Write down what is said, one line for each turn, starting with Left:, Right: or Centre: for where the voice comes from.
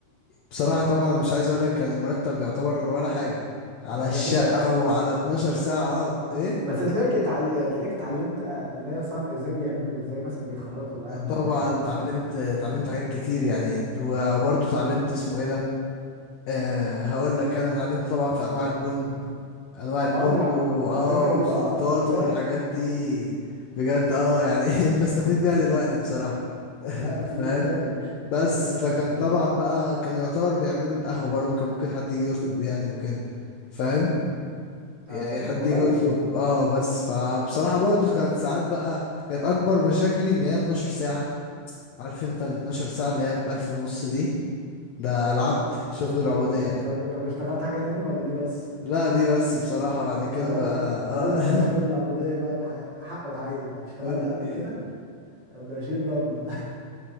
Left: بصراحة طبعا مش عايز اقول لك كان المرتب يعتبر ولا حاجة على
Right: مجال
Left: الشقة
Right: بس
Left: وعلى 12 ساعة اه ايه
Right: بس تلاقيك اتعل... تلاقيك اتعلمت آه، اللي هي صنع ازاي بيعملوا ازاي مثلا بيخرطوا القهوه
Left: طبعا
Right: والحاجات دي
Left: اتعلمت
Right: صح؟
Left: اتعلمت حاجات كتير يعني وبرضه اتعلمت اسمه ايه ده أه هقول لك انا اتعلمت طبعا في انواع البن انواع
Right: طب
Left: البن
Right: اه دي على,
Left: و... اه
Right: على فكره
Left: وخلطات
Right: دي اه مزاج
Left: والحاجات
Right: دي
Left: دي بجد اه يعني <laughs> بستفيد بيها دلوقتي بصراحة
Right: لا لا
Left: فاهم
Right: دي مزاج يا باشا انت
Left: بس
Right: كده بتودي
Left: فكان
Right: فاهم
Left: طبعا بقى كانوا يعتبر بيعملوا القهوة برضه كان ممكن حد يجي يطلب يعني وكده فاهم يعني
Right: اه والله
Left: حد
Right: طب والله
Left: يجي
Right: لذيذة
Left: يطلب اه بس فبصراحة برضه كانت ساعات بقى كانت اكبر مشاكلي ان هي 12 ساعة عارف انت ال 12 ساعة اللي هي ب 1000 ونص دي ده
Right: ايوه
Left: العبد شغل العبودية
Right: ب- طب طب اشتغلت حاجة تانية ولا دي بس
Left: لا دي بس بصراحة بعد
Right: طب
Left: كده
Right: انا هقول
Left: بقى
Right: هقول
Left: اه
Right: لك بقى شغل
Left: <laughs>
Right: العبودية بقى بحق حق وحقيقي بقى اشتغلت
Left: قول لي
Right: قبل كده
Left: <laughs>
Right: بشيل رملة